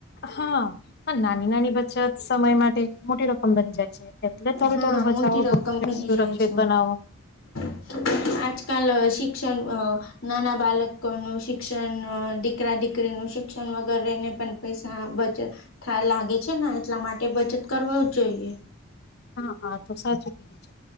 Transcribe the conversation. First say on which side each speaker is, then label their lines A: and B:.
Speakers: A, on the left; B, on the left.
A: હા નાની નાની બચત સમય માટે મોટી રકમ બની જાય છે. એટલે થોડું
B: હા
A: થોડું બચાવો
B: મોટી રકમ
A: ભવિષ્ય
B: બની
A: સુરક્ષિત
B: જાય છે
A: બનાવો.
B: <inaudible> આજકાલ શિક્ષણ નાના બાલકો નું શિક્ષણ દીકરા દીક નું શિક્ષણ વગરેને પણ પૈસા બચત લાગે છે ને એટલા માટે બચત કરવુ જ જોઈએ.
A: હા હા તો સાચું જ.